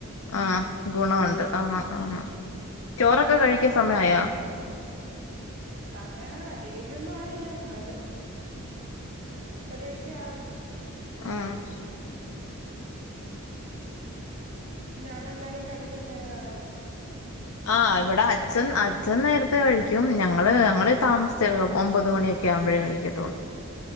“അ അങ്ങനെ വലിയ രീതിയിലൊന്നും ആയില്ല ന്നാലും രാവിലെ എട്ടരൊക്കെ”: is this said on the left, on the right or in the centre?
Right